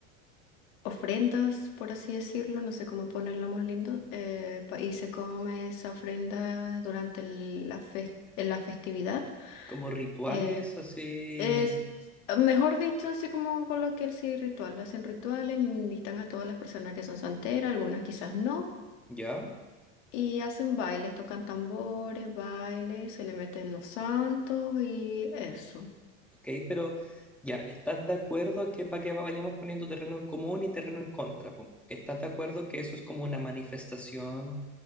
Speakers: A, on the left; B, in the centre.
A: ofrendas, por así decirlo, no sé cómo ponerlo más lindo, eh, pa- y se come esa ofrenda durante el- la, fes- en la festividad.
B: como rituales
A: Eh,
B: así,
A: es, mejor dicho, así como coloquial, sí, ritual. Hacen rituales, invitan a todas las personas que son santeras, algunas quizás no.
B: ¿ya?
A: Y hacen bailes, tocan tambores, bailes, se le meten los santos y eso.
B: ¿ok? Pero ya, ¿estás de acuerdo que para que vayamos poniendo terreno en común y terreno en contra? po? ¿Estás de acuerdo que eso es como una manifestación